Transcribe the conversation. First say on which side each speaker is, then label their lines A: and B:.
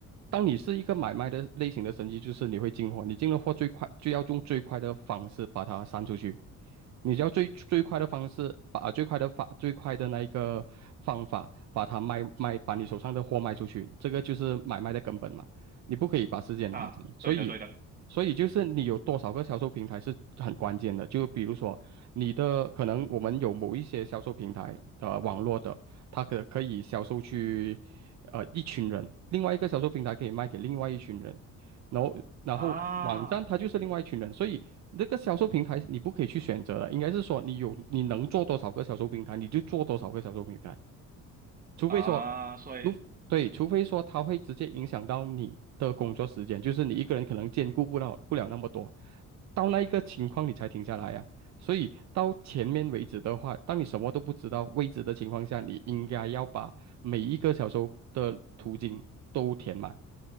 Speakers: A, on the right; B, on the right.
A: 当你是一个买卖的类型的生意，就是你会进货，你进了货最快就要用最快的方式把它散出去。你只要最最快的方式，把最快的法最快的那一个方法，把它卖卖，把你手上的货卖出去，这个就是买卖的根本嘛。你不可以把时间拉长，
B: 啊，
A: 所以，
B: 对的，对的，
A: 所以就是你有多少个销售平台是很关键的。就比如说你的可能我们有某一些销售平台，呃，网络的，它可可以销售去，呃，一群人，另外一个销售平台可以卖给另外一群人。然后然后网站它就是另外一群人，
B: 啊
A: 所以那个销售平台你不可以去选择的，应该是说你有你能做多少个销售平台，你就做多少个销售平台，除非说
B: 啊，所以
A: 对，除非说它会直接影响到你的工作时间，就是你一个人可能兼顾不了不了那么多，到那一个情况你才停下来呀、<laughs> 所以到前面为止的话，当你什么都不知道位置的情况下，你应该要把每一个销售的途径都填满。